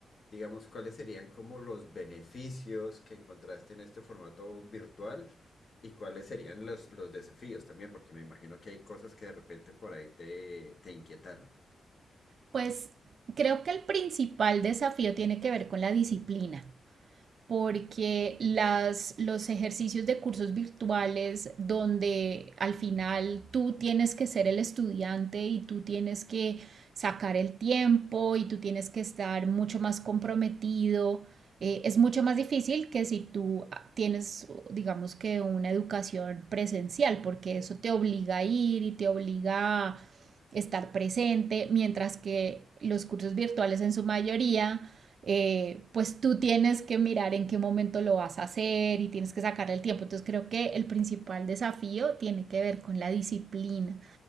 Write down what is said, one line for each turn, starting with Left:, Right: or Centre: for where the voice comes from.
Left: digamos, cuáles serían como los beneficios que encontraste en este formato virtual y cuáles serían los, los desafíos también, porque me imagino que hay cosas que de repente por ahí te, te inquietaron.
Right: Pues creo que el principal desafío tiene que ver con la disciplina. porque las, los ejercicios de cursos virtuales donde al final tú tienes que ser el estudiante y tú tienes que sacar el tiempo y tú tienes que estar mucho más comprometido, eh, es mucho más difícil que si tú tienes, digamos que una educación presencial, porque eso te obliga a ir y te obliga a estar presente, mientras que los cursos virtuales en su mayoría eh, pues tú tienes que mirar en qué momento lo vas a hacer y tienes que sacarle el tiempo. Entonces creo que el principal desafío tiene que ver con la disciplina,